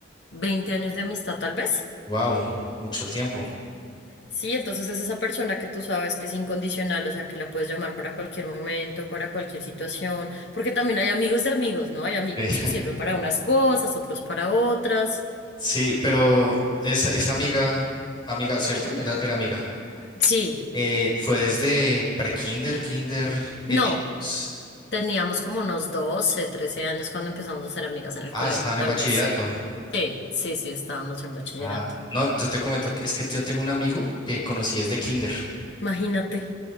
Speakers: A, on the left; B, on the left.
A: 20 años de amistad tal vez.
B: Wow, mucho tiempo.
A: Sí, entonces es esa persona que tú sabes que es incondicional, o sea, que la puedes llamar para cualquier momento, para cualquier situación, porque también hay amigos de amigos, ¿no? Hay amigos
B: Eh,
A: que
B: <laughs>
A: sirven para unas cosas, otros para otras.
B: Sí, pero esa, esa amiga, amiga, ¿cierto? Era, era amiga.
A: Sí,
B: Eh, fue desde pre-kinder, kinder, bien
A: no,
B: chicos.
A: teníamos como unos 12, 13 años cuando empezamos a ser amigas en el
B: Ah,
A: colegio,
B: ya estaban
A: tal
B: en bachillerato.
A: vez. Sí, sí, sí, estábamos en bachillerato.
B: Ah, no, yo te comento que es que yo tengo un amigo que conocí desde kinder
A: Imagínate.